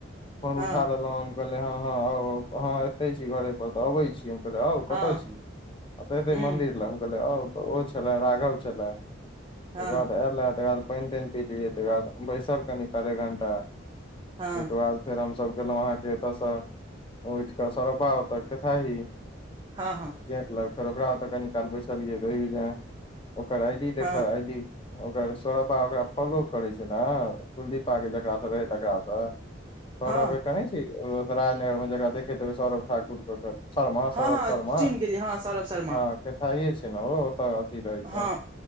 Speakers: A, on the left; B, on the right.
A: फोन
B: हँ
A: उठा लेलौ कहलै हँ हँउ अहाँ एतै छी घरे पर तऽ अबै छी हम कहलै आउ
B: हँ
A: कतऽ छी एऽ एतै
B: हूँ
A: मन्दिर लए हम कहलियै आउ तऽ ओ छलै राघव छलै
B: हँ
A: तकर बाद आयलए तकर बाद पानि तानि पीलियै तकर बाद बैसल कनि सारे घण्टा तैहिके
B: हँ
A: बाद फेर हमसभ गेलहुँ अहाँके एतऽसँ उठिकऽ सरपा ओतऽ केथाही
B: हँ हँ
A: जटलक फेर ओकरा अतऽ कनि काल बैसलियैहि बज ओकर आई डी
B: हँ
A: देखाउ आई डी ओकर सोरपा ओकरा फॉलो करै छै ना कुलदीपा के जेकरा ओतऽ रहे तकराँ सौरव
B: हँ
A: कहै राजनगर मे जकरा देखैत जेबै सौरभ ठाकुरके ओकर शर्मा
B: हँ
A: सौरभ
B: हँ
A: शर्मा
B: चिन्ह गेलियै हँ सौरभ शर्मा
A: हँ केथाहिए छैय नऽ ओ ओतऽ अथी रहै
B: हँ
A: छै